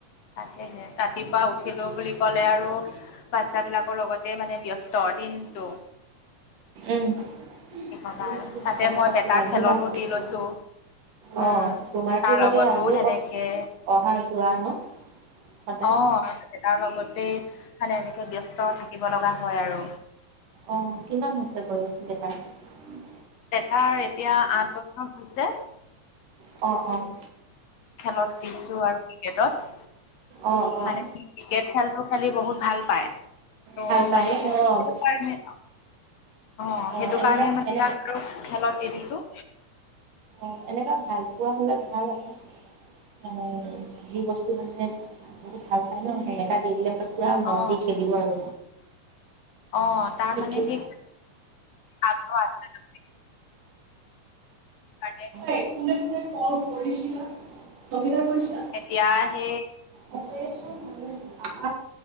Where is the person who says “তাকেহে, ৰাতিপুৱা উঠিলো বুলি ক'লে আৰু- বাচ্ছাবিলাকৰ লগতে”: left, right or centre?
Left